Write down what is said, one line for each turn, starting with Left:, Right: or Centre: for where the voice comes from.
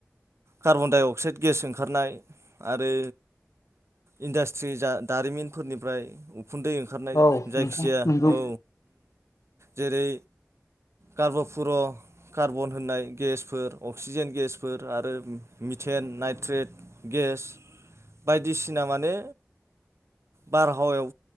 Right: carbon dioxide oxide gas ओंखारनाय आरो इन्डास्ट्रि दारिमिनफोरनिफ्राय उखुन्दै ओंखारनाय
Left: औ
Right: जायखिजाया
Left: नोंथां नंगौ
Right: औ जेरै कार्ब'पुर' कार्बन होननाय गेसफोर अक्सिजेन गेसफोर आरो मिथेन नाइट्रेट गेस बायदिसिना माने बारहावायाव